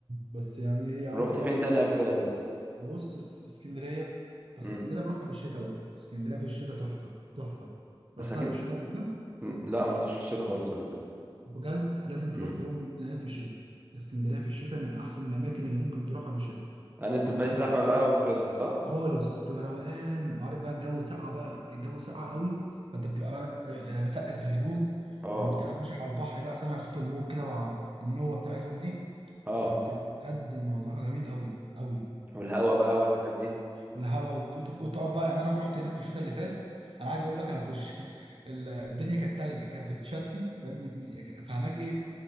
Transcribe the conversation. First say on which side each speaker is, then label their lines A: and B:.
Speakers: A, on the right; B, on the right.
A: بس يعني ايه عارف
B: رحت
A: اللي
B: فين
A: هو
B: تاني قبل كده برضو
A: ابص اس- اسكندريه بس
B: امم
A: اسكندريه بروحها في الشتاء بقى اسكندريه في الشتاء تحفه تحفه
B: بس
A: رحتها
B: اكيد
A: في الشتاء قبل كده
B: مم. لا ما رحتش في الشتاء خالص قبل كده
A: بجد لازم تروح
B: مم.
A: في يوم من الايام في الشتاء اسكندريه في الشتاء من احسن الاماكن اللي ممكن تروحها في الشتاء
B: يعني ما بتبقاش
A: عارف
B: زحمه
A: بقى
B: بقى
A: اللي هو
B: وكده صح
A: خالص بتبقى روقان وعارف بقى الجو سقع بقى الجو سقع قوي فانت بتبقى بقى آه، متقل في الهدوم
B: اه
A: وبتبقى ماشي على البحر بقى سامع صوت الموج كده والنوة بتاعتهم دي
B: اه
A: فبتبقى بجد الموضوع جميل قوي قوي
B: والهوا بقى والحاجات دي
A: والهواء وبت- وت- وتقعد بقى يعني انا رحت هناك في الشتاء اللي فات انا عايز اقول لك انا كش <laughs> ال- الدنيا كانت تلج كانت بتشتي فاهم؟ فهناك ايه